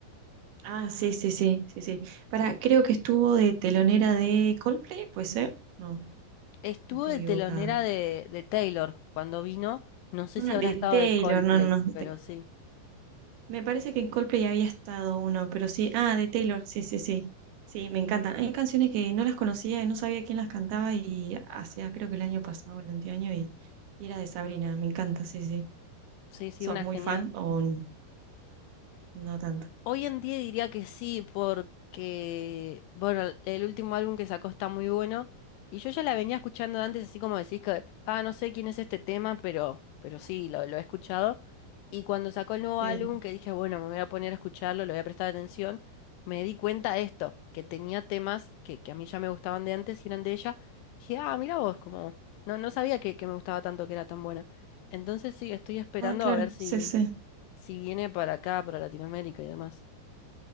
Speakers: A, on the right (about 70°); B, on the left (about 85°).
A: Ah, sí, sí, sí, sí, sí. Para, creo que estuvo de telonera de Coldplay, ¿puede ser? No, no
B: Estuvo
A: estoy
B: de
A: equivocada.
B: telonera de, de Taylor cuando vino, no sé
A: Ah,
B: si habrá
A: de
B: estado
A: Taylor,
B: de Coldplay,
A: no, no, no.
B: pero sí,
A: Me parece que en Coldplay había estado uno, pero sí. Ah, de Taylor, sí, sí, sí. Sí, me encantan. Hay canciones que no las conocía y no sabía quién las cantaba y hacía, creo que el año pasado, el anteaño, y, y era de Sabrina. Me encanta, sí, sí.
B: sí, sí,
A: ¿Sos
B: una
A: muy
B: genial.
A: fan o no tanto?
B: Hoy en día diría que sí, porque, bueno, el el último álbum que sacó está muy bueno. Y yo ya la venía escuchando antes, así como decís que, ah, no sé quién es este tema, pero, pero sí, lo, lo he escuchado. Y cuando sacó el nuevo
A: Sí.
B: álbum, que dije, bueno, me voy a poner a escucharlo, le voy a prestar atención, me di cuenta de esto, que tenía temas que, que a mí ya me gustaban de antes y eran de ella. Dije, ah, mira vos, como, no, no sabía que, que me gustaba tanto, que era tan buena. Entonces sí, estoy esperando
A: Ah, claro,
B: a ver si,
A: sí, sí.
B: si viene para acá, para Latinoamérica y demás.